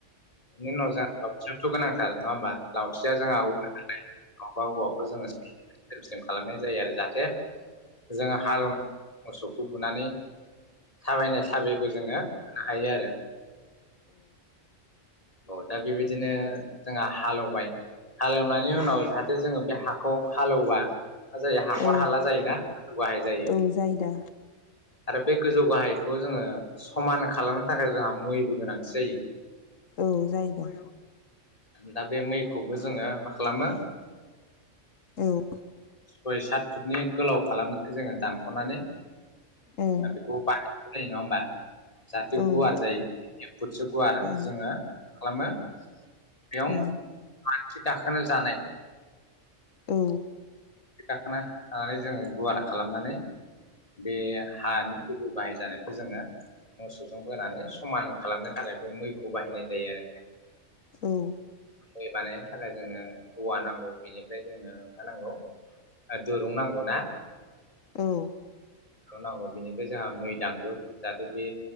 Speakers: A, on the left; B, on the left.
A: बिनि उनाव जों लावथियाथ' गोनांथार नङा होमबा? लावथिया जोंहा <unintelligible> औवाखौ जोङो स्लिम स्लिम खालामनाय जायो आरो जाहाथे ते जोङो हालेनाय मोसौखौ बुनानै स थाबायनाय साबिखौ जोङो हायो आरो औ दा बेबायदिनो जोंहा हालेवबाय हालेवनायनि उनाव जाहाथे जोङो बे हाखौ हालेवबा मा जायो हाखर
B: औ
A: हाला जायोना गोजौ गाहाय जायो
B: औ जायोदा
A: आरो बे गोजौ गाहायखौ जोङो समान खालामनो थाखाय जोंहा। मैबो गोनांथि जायो।
B: औ जायोदां
A: दा बे मैखौबो जोङो मा खालामो
B: औ ओं
A: ओ सय सात फुटनि गोलाव खालामो। जोङो दानख'नानै
B: औ
A: बेखौ बानानाय जायो नङा होमबा जाहाथे
B: ओं
A: गुवार जायो एक फुटसो गुवार
B: ओं
A: जोङो खालामो। बेयाव
B: औ
A: आन्थि गाखोनो जानाय ‌
B: औ।
A: गाखोनो हानानै जोङो गुवारा खालामनानै बे हानि गलु बाहाय जानायखौ जोङो मोसौजों बोनानै समान खालामनो थाखाय बे मैखौ बाहायनाय जायो आरो
B: औ
A: बे बानायनो थाखाय जोंनो औवा नांगौ बेनिफ्राय जोंनो मा नांगौ दुरुं नांगौ ना
B: औ
A: बेखौ नांगौ बेनिफ्राय जोंहा मै दांगुर जाहाथे बे